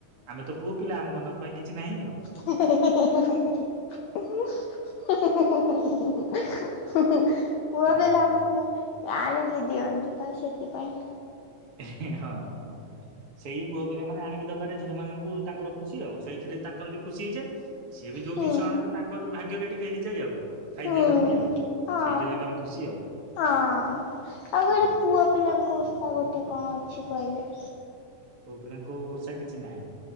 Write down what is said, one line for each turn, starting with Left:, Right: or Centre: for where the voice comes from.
Right: ଆମେ ତ ପୁଅ ପିଲା ଆମ ମାନଙ୍କ ପାଇଁ କି କିଛି ନାହିଁ ଆଉ।
Left: <inaudible> ପୁଅ
Right: ତାହେଲେ
Left: ପିଲାମାନେ।
Right: ଭଲ
Left: ଆଣିକି ଦିଅନ୍ତି ବା ସେଥିପାଇଁ
Right: ହଁ। ସେଇ ପୁଅ ପିଲା ମାନେ ଆଣିକି ଦବାରେ ଝିଅ ମାନଙ୍କୁ ତାଙ୍କର ଖୁସି ଆଉ ସେଇଥିରେ ତାଙ୍କର ବି ଖୁସି ହେଇଯାଏ। ସିଏ ବି ଯୋଉ
Left: ହଁ
Right: ଜିନିଷ ଆଣନ୍ତି ତାଙ୍କର ବି ଭାଗ୍ୟରେ ଟିକେ ହେଇଯାଏ ଆଉ। ଖାଇଦେବେ
Left: ହଁ
Right: ଟିକେ ଆଉ ସେଇଟା ତାଙ୍କର ଖୁସି ଆଉ।
Left: ଆଉ
Right: ହଁ।
Left: ଗୋଟେ ପୁଅ ପିଲାଙ୍କ ଓଷା ଗୋଟେ କଣ ଅଛି କହିଲେ?
Right: ପୁଅପିଲାଙ୍କ ଓଷା କିଛି ନାହିଁ।